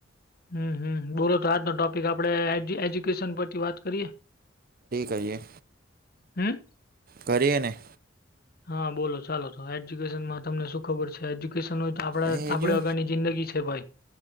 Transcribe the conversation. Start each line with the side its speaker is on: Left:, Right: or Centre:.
Left: હમ્મ હમ્મ બોલો તો આજનો ટોપિક આપડે એજ્યુકેશન પરથી વાત કરીએ
Right: કરીયે
Left: હમ
Right: કરીએને
Left: હા બોલો ચાલો તો એજ્યુકેશન માં તમને શું ખબર છે એજ્યુકેશન આપડા
Right: એ
Left: આપડે
Right: જો
Left: અગાની જિંદગી છે ભાઈ